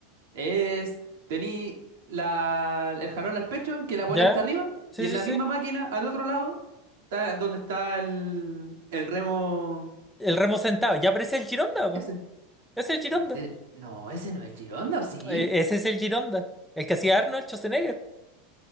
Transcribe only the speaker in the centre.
Ya.
Sí,
sí,
sí.
El remo sentado. Ya aparece el gironda, po.
Es el gironda.
Eh, Ese es el Gironda, el que hacía Arnold Schwarzenegger.